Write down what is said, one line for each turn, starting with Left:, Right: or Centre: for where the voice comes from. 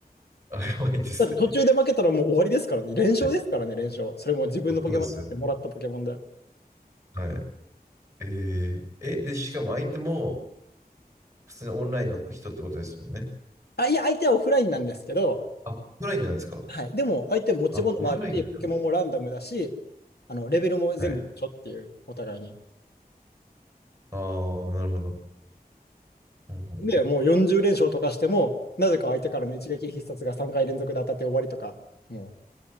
Right: <laughs> あ、やばいですね。
Left: だって途中で負けたらもう終わりですからね。連勝ですからね、
Right: <laughs> ね
Left: 連勝。それも自分のポケモンじゃなくてもらったポケモンで。
Right: そうですよね。はい。えー、え、で、しかも相手も普通にオンラインの人ってことですもんね。
Left: あ、いや、相手はオフラインなんですけど、
Right: あ、オフラインなんですか。
Left: はい。でも、相手持ち物もあるし、
Right: あ、オフラインなんだ
Left: ポケモンもランダムだし、あの、レベルも全部一緒っていう、
Right: はい。
Left: お互いに。
Right: ああ、なるほど。うんうんうん
Left: で、もう40連勝とかしても、なぜか相手からの一撃必殺が3回連続で当たって終わりとか、も